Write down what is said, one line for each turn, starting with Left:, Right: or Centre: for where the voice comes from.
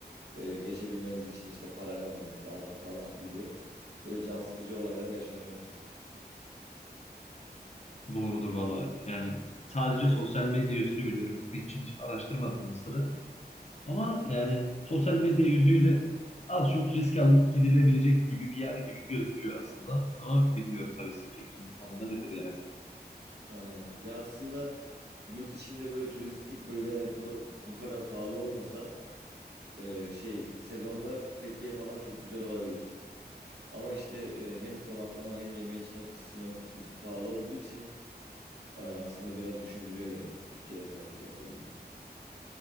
Right: e, geçebilmeniz için işte para vermeniz lazım falan gibi böyle can sıkıcı olaylar yaşanıyormuş.
Left: Doğrudur valla. Yani sadece sosyal medya yüzünü biliyorum. Gitmek için hiç araştırmadım Mısır'ı. Ama yani sosyal medya yüzüyle az çok risk alınıp gidilebilecek gibi bir yer gibi gözüküyor aslında. Ama bilmiyorum tabii sizin fikriniz bu konuda nedir yani.
Right: Aynen. Ya aslında yurt içinde böyle turistik bölgeler bura- bu kadar pahalı olmasa e, şey sezonda Fethiye falan çok güzel olabilir. Ama işte e, hem konaklama hem yeme içme kısmı bir tık pahalı olduğu için e, aslında biraz düşündürüyor beni Türkiye'de tatil yapabilmek.